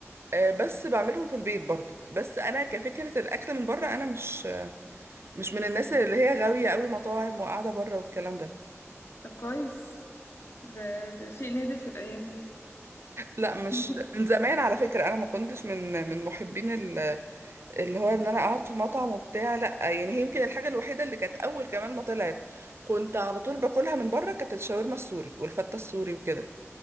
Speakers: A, on the right (about 55°); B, on the left (about 55°).
A: آه بس بعملهم في البيت برضو بس انا كفكرة الاكل من بره انا مش مش من الناس اللي هي غاوية قوي مطاعم وقاعدة بره والكلام ده
B: طب كويس ده ده شيء نادر في الايام دي
A: لا مش
B: <laughs>
A: من زمان على فكرة انا ما كنتش من من محبين اللي هو ان انا اقعد في مطعم وبتاع لا يعني هي يمكن الحاجه الوحيده اللي كانت اول كمان ما طلعت كنت على طول باكلها من بره كانت الشاورما السوري والفته السوري وكده